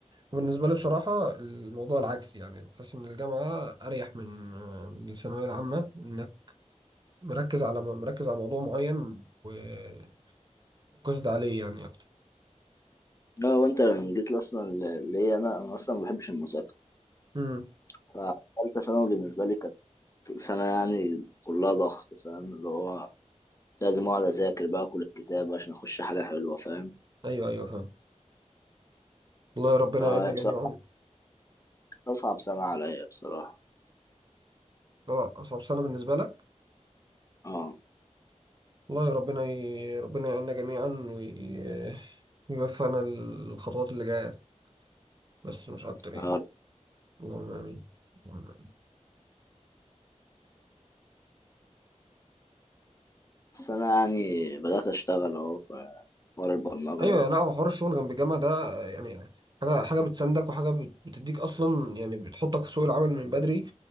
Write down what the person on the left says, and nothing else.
لا وانت لما جيت لي اصلا ل- ليا انا انا اصلا ما بحبش المذاكره
فتالتة ثانوي بالنسبه لي سنة يعني كلها ضغط فاهم اللي هو لازم أقعد أذاكر بقى كل الكتاب عشان أخش حاجة حلوة فاهم
فهي
بصراحة كانت أصعب سنة عليا بصراحة
اه
آه.
السنة يعني بدأت أشتغل أهو في حوار البرمجة
ده